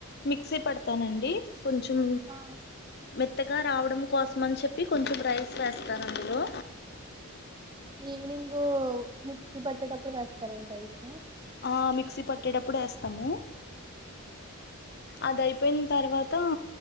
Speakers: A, on the left (about 45°); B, on the right (about 20°).
A: మిక్సీ పడతానండి కొంచెం
B: ఆ,
A: మెత్ త్తగా రావడం కోసం అని చెప్పి కొంచెం రైస్ వేస్తారు అందులో
B: ఈవినింగ్ మిక్సీ పట్టేటప్పుడు వేస్తారండి రైస్
A: ఆ మిక్సీ పట్టేటప్పుడు వేస్తాము అద అయిపోయిన తర్వాత